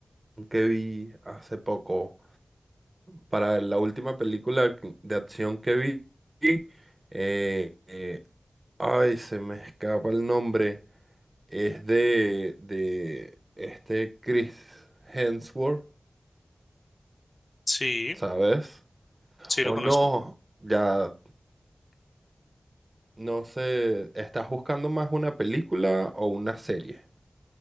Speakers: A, on the right; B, on the left.
A: que vi hace poco. Para ver, la última película que- de acción que vi, eh, eh, ay, se me escapa el nombre. Es de, de este Chris Hemsworth,
B: Sí,
A: ¿sabes?
B: sí
A: O
B: lo conozco.
A: no, ya no sé, ¿estás buscando más una película o una serie?